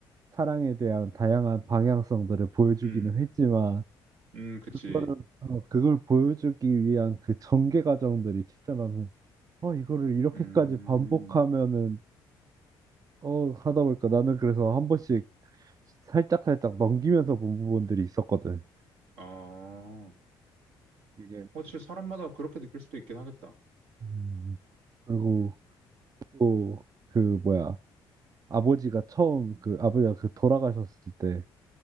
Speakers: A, on the right (about 35°); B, on the right (about 80°).
A: 사랑에 대한 다양한 방향성들을 보여주기는
B: 음,
A: 했지만
B: 음, 그치.
A: 그거를 어, 그걸 보여주기 위한 그 전개 과정들이 진짜 나는 어, 이거를 이렇게까지
B: 음,
A: 반복하면은, 어, 하다 보니까 나는 그래서 한 번씩 살짝살짝 넘기면서 본 부분들이 있었거든.
B: 어.
A: 이게.
B: 그렇지,
A: 좀-
B: 사람마다 그렇게 느낄 수도 있긴 하겠다.
A: 음, 그리고 또, 그, 뭐야, 아버지가 처음, 그, 아버지가 그 돌아가셨을 때,